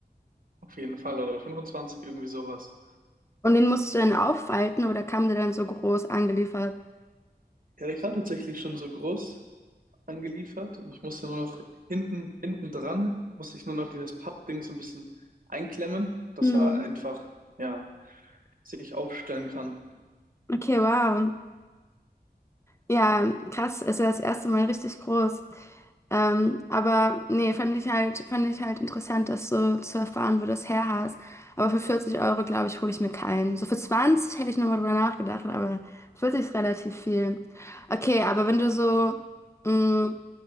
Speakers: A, on the right; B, on the left.
A: Auf jeden Fall. Oder 25, irgendwie sowas.
B: Und den musst du dann auffalten oder kam der dann so groß angeliefert?
A: Ja, der kam tatsächlich schon so groß angeliefert. Und ich musste nur noch hinten, hinten dran, musste ich nur noch dieses Pappding so ein bisschen einklemmen, dass
B: Hm.
A: er einfach, ja, sich aufstellen kann.
B: Okay, wow. Ja, krass, ist ja das erste Mal richtig groß. Ähm, aber nee, fand ich halt, fand ich halt interessant, das so zu erfahren, wo das her hast. Aber für 40 Euro, glaube ich, hole ich mir keinen. So für 20 hätte ich nochmal drüber nachgedacht, aber 40 ist relativ viel. Okay, aber wenn du so mh,